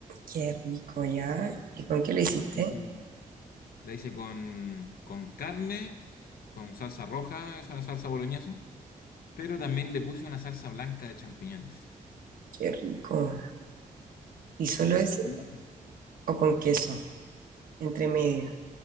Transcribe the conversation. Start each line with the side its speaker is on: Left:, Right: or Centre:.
Right: Qué rico, ¿ya? ¿Y con qué lo
Left: Y
Right: hiciste?
Left: la hice, la hice con, con carne, con salsa roja, esa salsa boloñesa, pero también le puse una salsa blanca de champiñones.
Right: Qué rico. ¿Y solo
Left: Sí.
Right: eso o con queso? Entre medio.